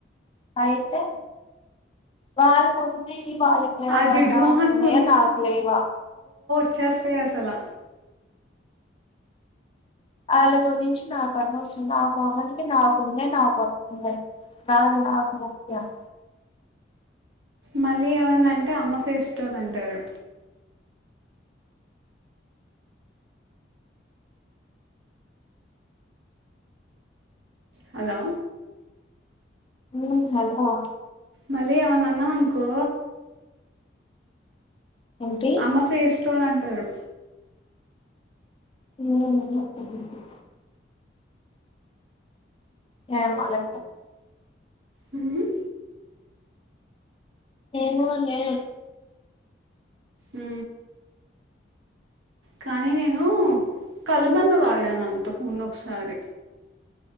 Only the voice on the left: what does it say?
ఐతు వాళ్ళకుంది వాళ్లకేలేవా
వంద
అంటంది ఎ నాక్ లెవా
వాళ్ళ గురించి నాకు అనవసరం నా మోహానికి నాకు ఉన్నాయ్ నా కోతంది నాది నాకు ముఖ్యం
ఉ హలో
ఏంటి
హ్మ్ <unintelligible> ఏమోలే
ఏమోలే